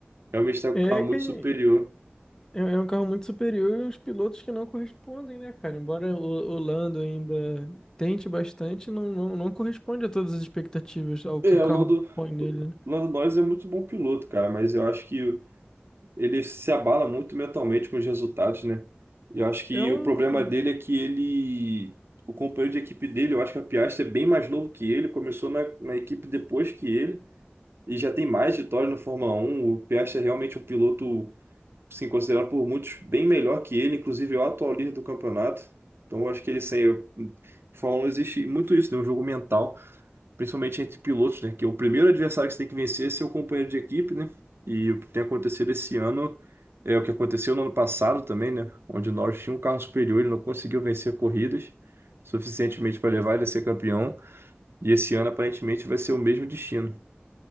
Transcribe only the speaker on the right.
Realmente está com
o carro muito
superior.
É,
o Lando,
o
Lando Norris é muito bom piloto, cara, mas eu acho que ele se abala muito mentalmente com os resultados, né? E Eu acho que
o problema dele é que ele. O companheiro de equipe dele, eu acho que a Piastri é bem mais novo que ele, começou na, na equipe depois que ele, e já tem mais vitórias no Fórmula Um. O Piastri é realmente um piloto sim, considerado por muitos bem melhor que ele, inclusive é o atual líder do campeonato. Então eu acho que ele sem. eu- Fórmula 1 existe muito isso, né? Um jogo mental, principalmente entre pilotos, né? Que é o primeiro adversário que você tem que vencer é seu companheiro de equipe, né? E o que tem acontecido esse ano é o que aconteceu no ano passado também, né? Onde o Norris tinha um carro superior, ele não conseguiu vencer corridas suficientemente para levar ele a ser campeão. E esse ano aparentemente vai ser o mesmo destino.